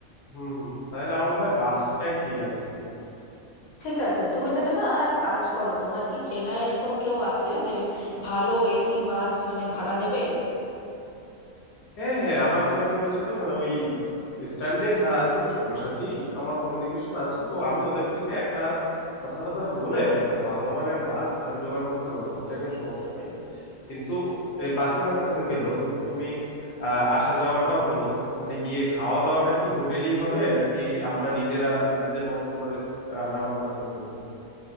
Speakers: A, on the left; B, on the left.
A: হুম হুম তাহলে আমার মনে হয় বাসটাই ঠিক আছে দিদি
B: ঠিক আছে তুমি তাহলে না এক কাজ করো তোমার কি চেনা এরকম কেউ আছে যে ভালো এসি বাস মানে ভাড়া দেবে
A: হ্যাঁ হ্যাঁ আমার চেনা পরিচিত মানে ওই স্ট্যান্ডে যারা আছে ওদের সবার সাথেই আমার কমিউনিকেশন আছে তো আমি ওদের থেকে একটা কথাটা টথা বলে একটা ভালো মানের বাস আমি জোগাড় করতে পারবো ওটা নিয়ে সমস্যা নেই কিন্তু এই বাসের ব্যাপারটা তো গেলো কিন্তু তুমি আহ আসা যাওয়াটাও হলো ওখানে গিয়ে খাওয়া দাওয়াটা কি হোটেলেই হবে নাকি আমরা নিজেরা নিজেদের মতো করে রান্না বান্না করবো